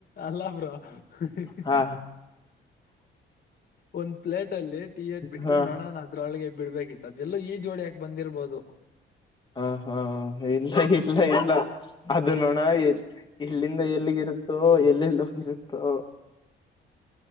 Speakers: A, on the left; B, on the left.
A: ಅಲ್ಲ ಬ್ರ ಇ ಇ
B: ಹಾ
A: ಇ ಈ ಒಂದು <inaudible> ಪ್ಲೇಟ್ ಅಲ್ಲಿ ಟಿ ಎಟ್ಬಟ್ಟ
B: ಹಾ
A: ನೋಣ ಅದ್ರೊಳಗೆ ಬಿಡ್ಬೇಕಿತ್ತು ಅದೆಲ್ಲೋ ಈ ಜೋಡಿಯಾಕೆ ಬಂದಿರಬೋದು
B: ಹಾ ಹಾ ಇಲ್ಲ ಇಲ್ಲ ಇಲ್ಲ ಅದು ನೋಣ ಇಲ್ಲಿಂದ ಎಲ್ಲಿಗಿರುತ್ತ ಎಲ್ಲೆಲ್ಲಿ ಹೋಗಿರುತ್ತೋ